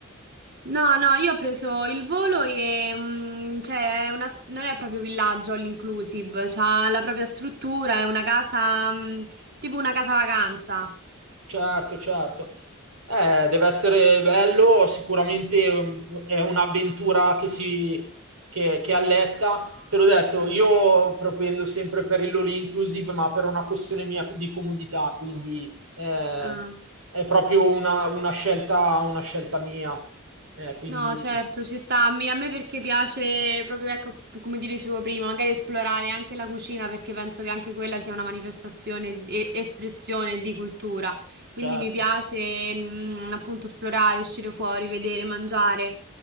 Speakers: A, on the right; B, on the right.
A: No, no, io ho preso il volo e mm, cioè, è una s- non è proprio villaggio all inclusive, c'ha la propria struttura, è una casa, mm, tipo una casa vacanza.
B: Certo, certo. Eh, deve essere bello, sicuramente um, è un'avventura che si che, che alletta. Te l'ho detto, io propendo sempre per il all inclusive, ma per una questione mia di comodità, quindi eh,
A: Ah.
B: è proprio una, una scelta, una scelta mia. Eh, quindi,
A: No, certo, ci sta. A me a me perché piace proprio, ecco, come ti dicevo prima, magari esplorare anche la cucina perché penso che anche quella sia una manifestazione e espressione di cultura. Quindi
B: certo.
A: mi piace, mm, appunto, esplorare, uscire fuori, vedere, mangiare.